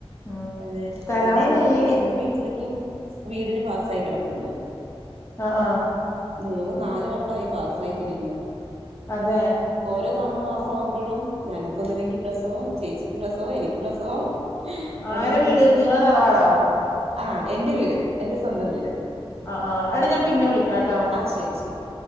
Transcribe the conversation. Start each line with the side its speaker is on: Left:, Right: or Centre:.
Left: ഉം
Right: അതെ
Left: സ്ഥലാണ്
Right: പിന്നെ എന്റെ
Left: മെയിന്
Right: എൻ്റെ വീട്ടിലേക്കും വീടിന് പാസ യി കിടപ്പുണ്ട്
Left: ആ ആ
Right: മൂന്ന് നാല് വട്ടമായി പാസായിട്ട് ഇരിക്കുണു
Left: അതെ
Right: ഓരോ തവണ പാസ്സാകുംപോഴും ഞങ്ങൾക്കൊന്നുമില്ലെങ്കിൽ പ്രസവം ചേച്ചിക്ക് പ്രസവം എനിക്ക് പ്രസവം അതുകൊണ്ട്
Left: ആരെ വീട്
Right: വീട്ട
Left: നിങ്ങളെ തറവാടോ
Right: ആ എന്റെ വീട് എന്റെ സ്വന്തം വീട്
Left: ആ ആ എടാ ഞാൻ
Right: ആ
Left: പിന്നെ വിളിക്കാട്ടോ
Right: ആ ശരി ശരി